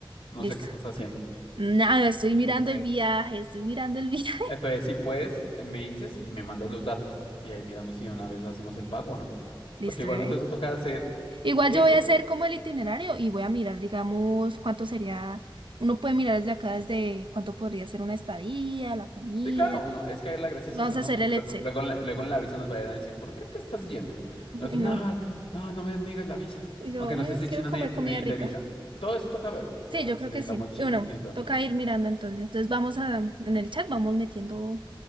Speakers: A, on the left (about 90°); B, on the right (about 65°).
A: no
B: listo.
A: sé qué estás haciendo.
B: Nada, estoy
A: Y
B: mirando
A: tú puedes.
B: el viaje, estoy mirando el <laughs> viaje.
A: Entonces, si puedes, me dices y me mandas los datos. Y ahí miramos si de una vez hacemos el pago o no.
B: Listo,
A: Porque igualmente
B: bebé.
A: eso toca hacer
B: Igual
A: eh,
B: yo
A: eso.
B: voy a hacer como el itinerario y voy a mirar, digamos, cuánto sería, uno puede mirar desde acá, desde cuánto podría ser una estadía, la comida.
A: Sí, claro, uno, es que la gracia
B: Vamos
A: es eso, ¿no?
B: a hacer
A: Porque
B: el
A: luego,
B: Excel.
A: luego, en la, luego en la visa nos vayan a decir, ¿por qué te estás yendo? Nosotros,
B: Y no,
A: no, no, no me niegues la visa.
B: y yo
A: Aunque no
B: "Mm,
A: sé si
B: quiero
A: China
B: comer
A: ne-
B: comida
A: necesita
B: rica.
A: visa. Todo eso toca verlo.
B: Sí,
A: O sea,
B: yo
A: si
B: creo
A: necesitamos
B: que sí.
A: chi-
B: Y bueno,
A: si
B: toca ir mirando entonces. Entonces vamos a, en el chat vamos metiendo